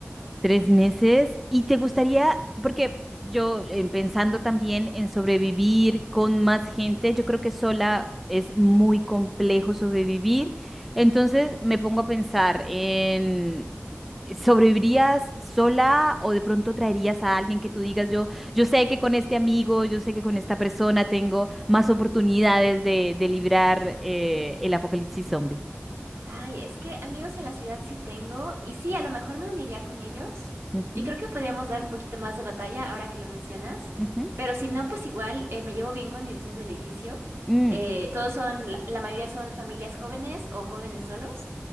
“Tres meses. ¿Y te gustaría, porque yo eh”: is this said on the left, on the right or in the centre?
Centre